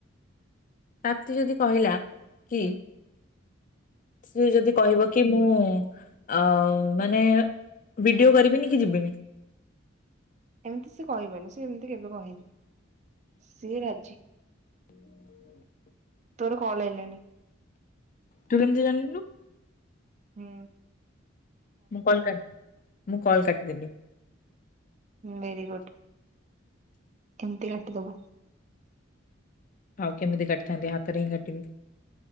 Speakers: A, on the left; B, on the right.
A: ପ୍ରାପ୍ତି ଯଦି କହିଲା କି ସିଏ ଯଦି କହିବ
B: କଣ
A: କି ମୁଁ ଆ ମାନେ ଭିଡିଓ କରିବିନି କି ଯିବିନି।
B: ଏମିତି ସେ କହିବନି ସେ ଏମିତି କେବେ କହେନି। ସିଏ ରାଜି ତୋର କଲ ଆଇଲାଣି।
A: ତୁ କେମିତି ଜାିଣିଲୁ।
B: ହୁଁ।
A: ମୁଁ କଲ କା ମୁଁ କାଲ କାଟିଦେଲି।
B: ଭେରି ଗୁଡ ଏମିତି କାଟିଦବୁ।
A: ହଉ କେମିତି କାଟଥାନ୍ତି ହାତରେ ହିଁ କାଟିିବି।